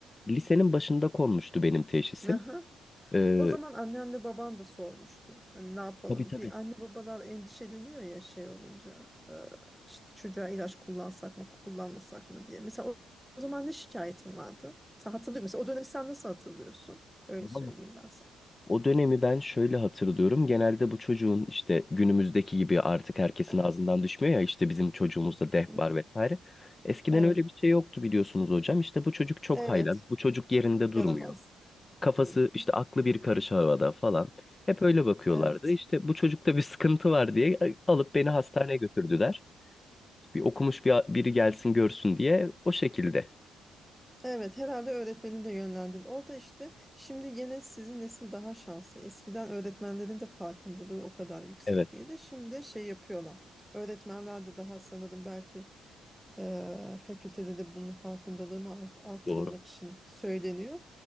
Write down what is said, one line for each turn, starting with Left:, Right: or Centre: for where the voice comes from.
Left: lisenin başında konmuştu benim teşhisim.
Centre: Aha.
Left: Ee,
Centre: O zaman annenle baban da solmuştu. Hani ne yapalım?
Left: tabii tabii.
Centre: Bir anne babalar endişeleniyor ya şey olunca. e, işte çocuğa ilaç kullansak mı, kullanmasak mı diye. Mesela o, o zaman ne şikayetin vardı? Sen hatırlıyor musun? O dönemi sen nasıl hatırlıyorsun? Öyle
Left: Vallahi
Centre: söyleyeyim ben sana.
Left: O dönemi ben şöyle hatırlıyorum. Genelde bu çocuğun işte günümüzdeki gibi artık herkesin
Centre: Aha.
Left: ağzından düşmüyor ya işte bizim çocuğumuzda deh
Centre: mhm.
Left: var vesaire. Eskiden
Centre: Evet.
Left: öyle bir şey yoktu biliyorsunuz hocam. İşte bu çocuk çok
Centre: Evet.
Left: haylan. Bu çocuk yerinde durmuyor.
Centre: Yaramaz.
Left: Kafası
Centre: Hmm,
Left: işte aklı bir karış havada falan. Hep öyle bakıyorlardı.
Centre: Evet.
Left: İşte bu çocukta bir sıkıntı var diye e, alıp beni hastaneye götürdüler. Bir okumuş bir, biri gelsin görsün diye o şekilde.
Centre: Evet herhalde öğretmeni de yönlendir. O da işte şimdi gene sizin nesil daha şanslı. Eskiden öğretmenlerin de farkındalığı o kadar yüksek
Left: Evet
Centre: değildi. Şimdi şey yapıyorlar. Öğretmenler de daha sanırım belki Eee, fakültede de bunun farkındalığımı art- arttırılmak
Left: doğru.
Centre: için söyleniyor.